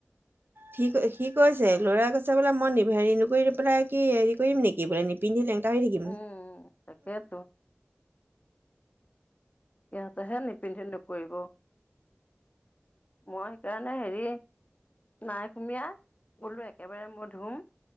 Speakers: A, on the right; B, on the left.
A: সি সি কৈছে ল'ৰাই কৈছে বোলে মই হেৰি নকৰি পেলাই কি হেৰি কৰিম নেকি বোলে নিপিন্ধিলে তাই থাকিম
B: উম তাকেতো সিহঁতেহে নিপিন্ধি নকৰিব মই সেইকাৰণে হেৰি নাই সুমিয় গলো একেবাৰে মই ধুম